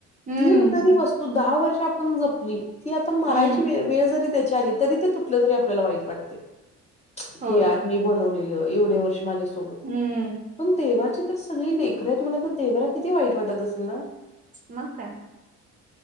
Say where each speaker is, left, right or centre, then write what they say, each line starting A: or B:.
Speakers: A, on the right (about 25°); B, on the left (about 20°).
A: हम्म
B: ती जरी वस्तू दहा वर्ष आपण जपली, ती आता मरायची
A: हम्म
B: वेळ जरी त्याची आली तरी ते तुटलं तरी आपल्याला वाईट वाटतंय, की
A: होय
B: यार मी बनवलेल् एवढ्या वर्ष माझ्या सोबत होतं
A: हम्म
B: पण देवाची तर सगळी लेकरं आहेत म आता देवाला किती वाईट वाटत असेल ना?
A: मग काय?